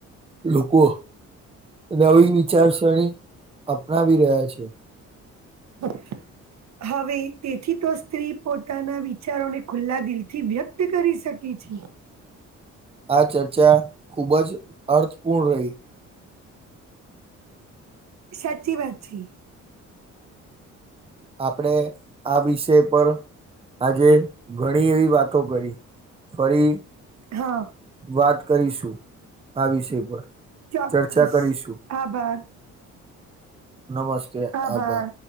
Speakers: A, on the right (about 20°); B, on the right (about 60°).
A: લોકો નવી વિચારસરણી અપનાવી રહ્યા છે.
B: હ હવે તેથી તે સ્ત્રી પોતાના વિચારોને ખુલ્લા દિલથી વ્યક્ત કરી શકે છે.
A: આ ચર્ચા ખુબ જ અર્થપૂર્ણ રહી.
B: સાચી વાચી
A: આપણે આ વિષય પર આજે ઘણી એવી વાતો કરી ફરી
B: હા.
A: વાત કરીશું આ વિષય પર
B: ચોક્કસ
A: ચર્ચા કરીશું.
B: આભાર.
A: નમસ્તે
B: આભાર
A: આભા